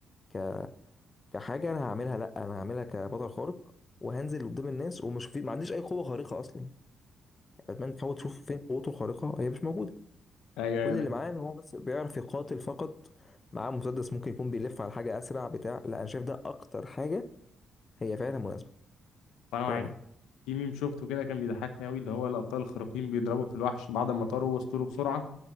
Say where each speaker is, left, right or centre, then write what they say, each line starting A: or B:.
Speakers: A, on the left; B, on the left.
A: ك... كحاجه انا هعملها لا انا هعملها كبطل خارق وهنزل قدام الناس ومش في ما عنديش اي قوه خارقه اصلا باتمان تحاول تشوف فين قوته الخارقه هي مش موجوده
B: ايوه
A: كل
B: ايوه
A: اللي معاه ان هو بس بيعرف يقاتل فقط معاه مسدس ممكن يكون بيلف على حاجه اسرع بتاع لا انا شايف ده اكتر حاجه هي فعلا مناسبه
B: انا
A: فعلا
B: معاك في ميم شفته كده كان بيضحكني قوي اللي هو الابطال الخارقين بيضربوا في الوحش بعد ما طاروا وسطوله بسرعه